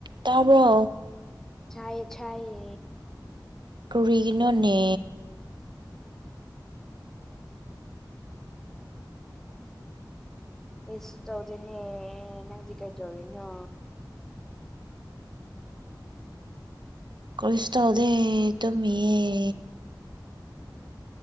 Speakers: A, on the right; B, in the centre.
A: ꯇꯥꯕ꯭ꯔꯣ꯫
B: ꯊꯥꯏꯌꯦ ꯊꯥꯏꯌꯦ꯫
A: ꯀꯔꯤꯒꯤꯅꯣꯅꯦ꯫
B: ꯀꯩꯁꯨ ꯇꯧꯗꯦꯅꯦ ꯅꯪꯗꯤ ꯀꯩꯗꯧꯔꯤꯅꯣ꯫
A: ꯀꯩꯁꯨ ꯇꯧꯗꯦ ꯇꯨꯝꯃꯤꯌꯦ꯫